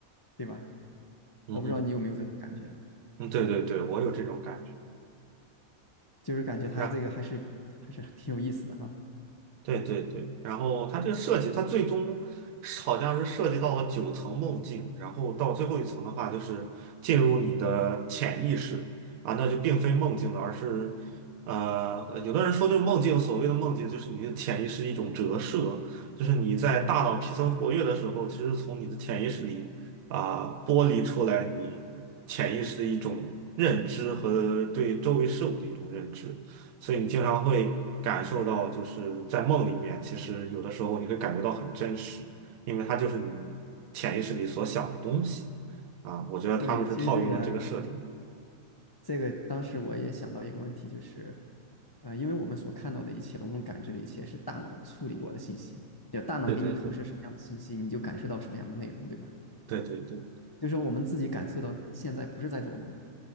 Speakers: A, on the left; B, on the right.
A: 对吧？
B: 嗯嗯
A: 我不知道你有没有这种感觉啊
B: 嗯，对对对，我有这种感觉。
A: 就是感觉他这个还是还是挺有意思的哈。
B: 是吧？对对对，然后它这个设计，它最终是好像是涉及到了九层梦境，然后到最后一层的话，就是进入你的潜意识啊，那就并非梦境了，而是呃，有的人说这个梦境，所谓的梦境就是你的潜意识一种折射，就是你在大脑皮层活跃的时候，
A: 嗯，
B: 其实从你的潜意识里啊、剥离出来你潜意识的一种认知和对周围事物的一种认知。所以你经常会感受到，就是在梦里面，其实有的时候你会感觉到很真实，因为它就是你潜意识里所想的东西啊。我觉得他们是套用了这个设定。
A: 对，其实这个这个当时我也想到一个问题，就是，呃，因为我们所看到的一切，我们感知的一切是大脑处理过的信息，就大脑给你投射什么样的信息，
B: 对对对，
A: 你就感受到什么样的内容，对吧？
B: 对对对
A: 就是说我们自己感受到现在不是在做梦，